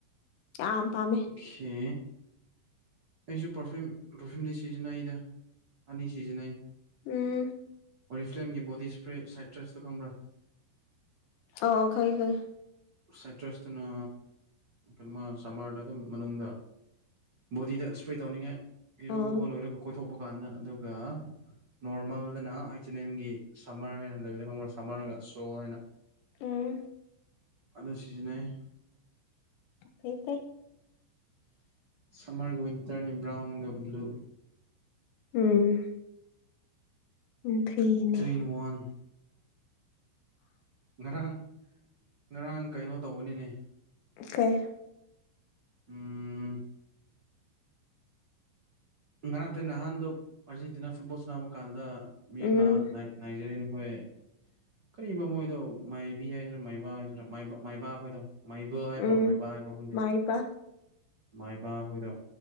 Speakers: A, on the left; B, on the right.
A: ꯌꯥꯝ ꯄꯥꯝꯃꯦ
B: ꯍꯦ ꯑꯩꯁꯨ ꯄꯔꯐꯤꯌꯨꯝ ꯄꯔꯐ꯭ꯌꯨꯝꯗꯤ ꯁꯤꯖꯤꯟꯅꯩꯗ ꯑꯅꯤ ꯁꯤꯖꯤꯟꯅꯩ
A: ꯎꯝ
B: ꯑꯣꯔꯤꯁꯒꯤ ꯕꯣꯗꯤ ꯏꯁꯄ꯭ꯔꯦ ꯁꯥꯏꯇ꯭ꯔꯁꯇꯣ ꯈꯪꯕ꯭ꯔꯥ
A: ꯑ ꯈꯩ ꯈꯩ
B: ꯁꯥꯏꯇ꯭ꯔꯁꯇꯨꯅ ꯀꯩꯅꯣꯃ ꯁꯝꯃꯔꯗ ꯑꯗꯨꯝ ꯃꯅꯨꯡꯗ ꯕꯣꯗꯤꯗ ꯏꯁꯄ꯭ꯔꯦ ꯇꯧꯅꯤꯡꯉꯥꯏ ꯏꯔꯨꯕ
A: ꯑꯣ
B: ꯂꯣꯏꯔꯒ ꯀꯣꯏꯊꯣꯛꯄ ꯀꯥꯟꯗ ꯑꯗꯨꯒ ꯅꯣꯔꯃꯦꯜꯗꯅ ꯑꯩꯆ ꯑꯦꯟ ꯑꯦꯝꯒꯤ ꯁꯝꯃꯔ ꯍꯥꯏꯅ ꯂꯩꯕꯗ ꯈꯪꯕ꯭ꯔꯥ ꯁꯝꯃꯔꯒ ꯁꯣ ꯍꯥꯏꯅ
A: ꯎꯝ
B: ꯑꯗꯨ ꯁꯤꯖꯤꯟꯅꯩ
A: ꯍ ꯇ
B: ꯁꯃꯔꯒ ꯟꯇꯔꯅꯤ ꯭ꯔꯥꯎꯟꯒ ꯭ꯂꯨ
A: ꯎꯝ ꯎ ꯐꯤꯅꯦ
B: ꯇꯨ ꯏꯟ ꯋꯥꯟ ꯉꯔꯥꯡ ꯉꯔꯥꯡ ꯀꯩꯅꯣ ꯇꯧꯕꯅꯤꯅꯦ
A: ꯀꯥꯏ
B: ꯎꯝ ꯉꯔꯥꯡ ꯅꯊ ꯅꯍꯥꯟꯗꯣ ꯑꯥꯔꯖꯦꯟꯇꯤꯅꯥ ꯐꯨꯠꯕꯣꯜ ꯁꯅꯕ ꯀꯥꯟꯗ ꯃꯤ
A: ꯎꯝ
B: ꯑꯃ ꯅꯥꯏꯖꯦꯔꯤꯌꯥꯅꯤ ꯑꯩꯈꯣꯏ ꯀꯔꯤꯨꯝ ꯃꯣꯏꯗꯣ ꯃꯥꯏꯕꯤ ꯍꯥꯏꯁꯤꯔꯥ ꯃꯥꯏꯕ ꯍꯥꯏꯁꯤꯔꯥ ꯃꯥꯏꯕ ꯑꯩꯈꯣꯏꯗꯣ ꯃꯥꯏꯕ ꯍꯥꯏꯕ꯭ꯔꯣ
A: ꯎꯝ
B: ꯃꯥꯏꯕ ꯍꯥꯏꯕ꯭ꯔꯣ ꯈꯪꯗꯦ
A: ꯃꯥꯏꯕ
B: ꯃꯥꯏꯕ ꯑꯩꯈꯣꯏꯗꯣ